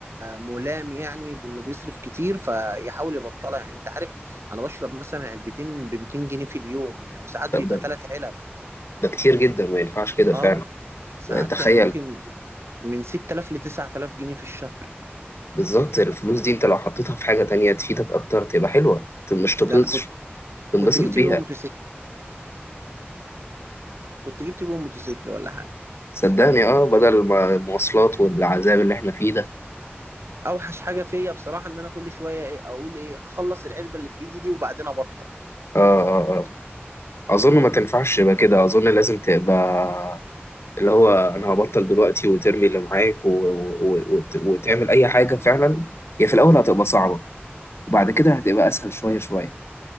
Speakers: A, on the right; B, on the left.
A: ملام يعني بانه بيصرف كتير فيحاول يبطلها يعني انت عارف انا بشرب مثلا علبتين ب 200 جنيه في اليوم يعني وساعات
B: ده,
A: بيبقى
B: ده
A: ثلاث علب
B: ده كتير جدا ما ينفعش كده فعلا
A: اه ساعات
B: تخيل
A: يعني ممكن من 6000 ل 9000 جنيه في الشهر
B: بالظبط الفلوس دي انت لو حطيتها في حاجة تانية تفيدك اكتر تبقى حلوة ت- مش تطنش
A: ده انا كنت
B: تنبسط
A: كنت جبت
B: بيها
A: بيهم موتوسيكل كنت جبت بيهم موتوسيكل ولا حاجه
B: صدقني اه بدل ما المواصلات والعذاب اللي احنا فيه ده
A: اوحش حاجه فيا بصراحه ان انا كل شويه ايه اقول ايه هخلص العلبه اللي في ايدي دي وبعدين ابطل
B: اه اه اه اظن ما
A: مم.
B: تنفعش يبقى كده اظن لازم تبقى اللي هو انا هبطل دلوقتي وترمي اللي معاك و... و... و... وت- وتعمل اي حاجة فعلا هي في الاول هتبقى صعبة وبعد كده هتبقى اسهل شوية شوية